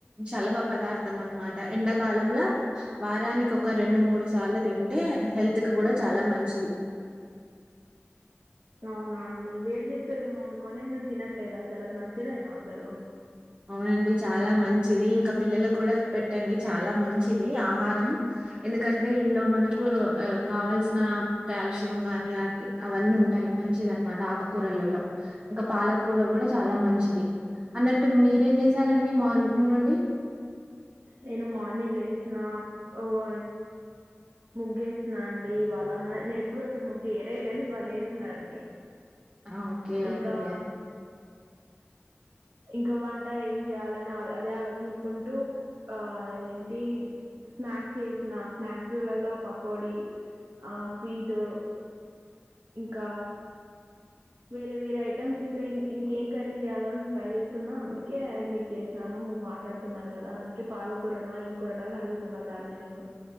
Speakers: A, on the right; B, on the right.
A: చలవ పదార్థం అన్నమాట ఎండక కాలంల వారానికి ఒక రెండు మూడు సార్ల తింటే హెల్త్ ల్త్ గుడ చాలా మంచిది
B: అవునా అండి వేడి చేస్తదేమో అనుకొని నేను తినట్లేదు అసలు అది మంచిదేనా అసలు
A: అవున వును అండి చాలా మంచిది ఇంకా పిల్లలకు కూడా పెట్టండి చాలా మంచిది ఆహారం ఎందుకంటే ఇందులో మనకు ఆ కావాల్సిన కాల్షియం గానీ అవి అవన్నీ ఉంటాయి మంచిదనమాట ఆకుకూరలల్లో ఇంకా పాలకూర కూడా చాలా మంచిది అన్నట్ టు మీరేం చేశారండి మార్నింగ్ నుండి
B: నేను మార్నింగ్ లేసిన ఓ వో ముగ్గేసిన అండి ఇవాళ నా నేనెప్పుడు అసలు ముగ్గు ఎయనే లేదు ఇవాళ్ళ ఏసిన అండి
A: ఆ! ఓకే.
B: ఇంకా
A: ఓకే.
B: ఇంకా వంట ఏం చేయాలని ఆలో అదే ఆలోచించుకుంటూ ఆ ఇదేంటి స్నాక్స్ చేసిన స్నాక్స్లలో పకోడి ఆ స్వీటు ఇంకా వేరే వేరే ఐటెమ్స్ ఇంకా ఇంకేం కర్రి చేయ్యాలని ట్రై చేస్తున్నా అందుకే మీకు చేసిన నాను మీరు మాట్లాడుతున్నారు కదా అందుకే పాలకూరనా ఏం కూరనా అని అడుగుతున్నా దాన్నే నేను